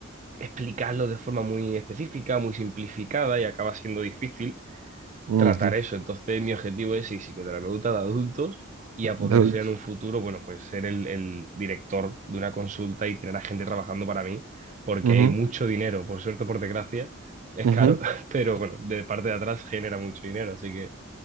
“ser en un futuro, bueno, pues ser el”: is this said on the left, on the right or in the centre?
Right